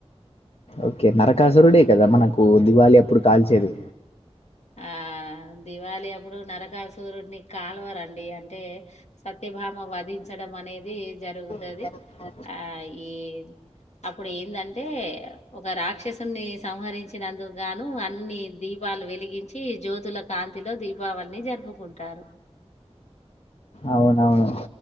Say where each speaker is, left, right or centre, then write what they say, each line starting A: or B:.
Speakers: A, on the left; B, on the left.
A: ఓకే నరకాసురుడే కదా మనకు దివాళి అప్పుడు కాల్చేది
B: ఆ దివాళి అప్పుడు నర కాసురుడిని కాల్వరండి అంటే సత్యభామ వధించడం అనేది జరుగుత
A: సఓ <inaudible>
B: ఆ ఏ అప్పుడు ఏందంటే ఒక రాక్షసుని సంహరించినందుకు గాను అన్ని దీపాలు వెలి గించి జ్యోతుల కాంతిలో దీపావళిని జరుపుకుంటారు
A: అవునవును